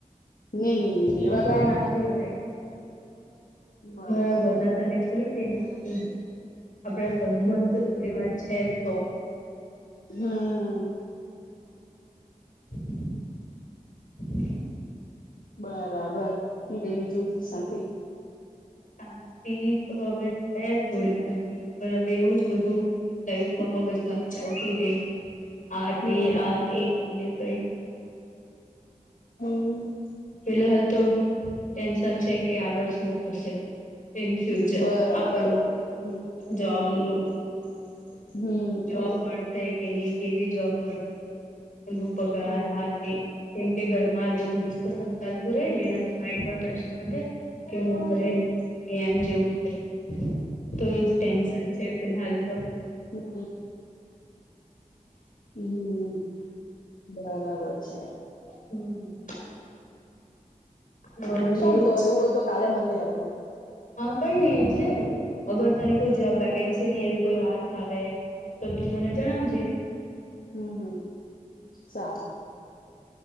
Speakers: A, on the left; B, on the left.
A: ની-ની-ની
B: તને
A: રહેવા
B: કોઈ
A: કાવાની
B: ના થોડી
A: અત્યારે-
B: પાડી
A: બરાબર
B: મારા ઘરના
A: છે
B: તને થોડી કે ના કહે, આપડા સંબંધ
A: હમ
B: એવા છે તો.
A: હમ્મ.
B: <inaudible>
A: બરાબર. હું કેય બીજું? શાંતિ
B: હવે, શાંતિ તો હવે છે થોડી ઘણી પણ હવે એવું જ બધું લાઈફમાં મગજમારી ચાલતી રહી, આ
A: હમ
B: તે, આ તે, કંઈ ને કંઈ.
A: હમ્મ
B: ફિહાલ તો ટેન્શન છે કે આગળ શું થશે. ઇન ફ્યુચર
A: બરાબર
B: આપણું
A: હમ
B: જોબનું.
A: હમ હમ
B: જોબ મળશે તેની કેવી જોબ મળશે એ પગાર
A: હમ
B: આ તે. કેમ કે ઘરમાં આજ બધું ડિસ્કસન ચાલ પૂરે
A: હમ
B: એનાથી માઇડ પર પ્રેશર વધે કે હું
A: હમ
B: કરે પછી એમ જેવું થાય. તો એજ ટેન્શન છે ફિલહાલ તો.
A: હમ હમમ બરાબર છે.
B: હમ્મ. હવે એજ
A: ચાલ તો એવું હોય તો કાલે મંળીએ આપડે.
B: હા કઈ નહી એટલે અગર તને
A: હમ
B: કોઈ જબ વેકેન્સીની એવી કોઈ વાત આવે. તો તું મને જણાવજે.
A: હમ્મ હમ્મ સારુ.